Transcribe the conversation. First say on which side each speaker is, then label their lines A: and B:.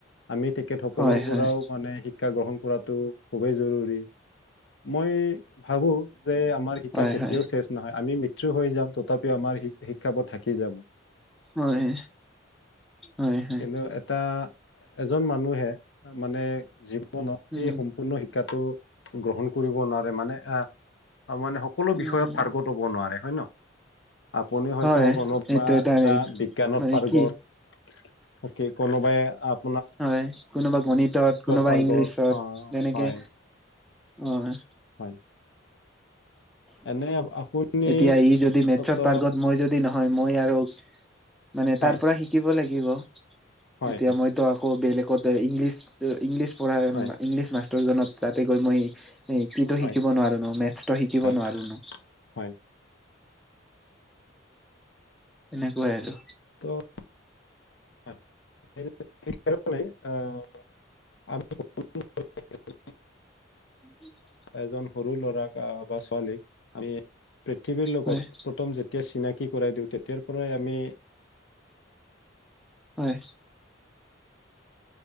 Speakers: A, on the left; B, in the centre.
A: আমি তেখেতসকলৰ
B: হয়
A: পৰাও
B: হয়
A: মানে শিক্ষা গ্ৰহণ কৰাটো খুবেই জৰুৰী, মই ভাবো যে আমাৰ শিক্ষা
B: হয়
A: কেতিয়াও
B: হয়
A: শেষ নহয়, আমি মৃত্যু হৈ যাম তথাপিও আমাৰ শি-শিক্ষাবোৰ থাকি যাব।
B: হয়। হয় হয়
A: কিন্তু এটা এজন মানুহে মানে জীৱনত
B: উম
A: এই সম্পূৰ্ণ শিক্ষ শিক্ষটো গ্ৰহণ কৰিব নোৱাৰে মানে এ মানে সকলো
B: উম
A: বিষয়ত পাৰ্গত নোৱাৰে হয় ন'। আপুনি হয়তো
B: হয়
A: কোনোবা
B: এইটো
A: এটা বিজ্ঞানত
B: মানে কি
A: গত, তাকে কোনোবাই আপ
B: হয়, কোনোবা গণিতত কোনোবা
A: পাৰ্গত
B: ইংলিছত
A: অ,
B: যেনেকে
A: হয়
B: অ'।
A: হয়। এনে আপুনি
B: এতিয়া ই যদি মেটচত
A: ত'
B: পাৰ্গত মই যদি নহয় মই আৰু মানে
A: হয়
B: তাৰ পৰা শিকিব লাগিব।
A: হয়
B: এতিয়া মইতো আকৌ বেলেগত ইংলিছ ইংলিছ পঢ়াই
A: হয়
B: ইংলিছ মাষ্ট ত' জনত তাতে গৈ মই কিটো
A: হয়
B: শিকিব নোৱাৰো ন' মেটচটো শিকিব
A: হয়
B: নোৱাৰো ন'। <inaudible>
A: হয়
B: তেনেকুৱাই আৰু।
A: ত' <unintelligible> অ'। <unintelligible>
B: <inaudible>
A: এজন সৰু ল'ৰাক বা ছোৱালীক আমি পৃথিৱীৰ লগত
B: হয়
A: প্ৰথম যেতিয়া চিনাকি কৰাই দিওঁ তেতিয়াৰ পৰাই আমি
B: হয়।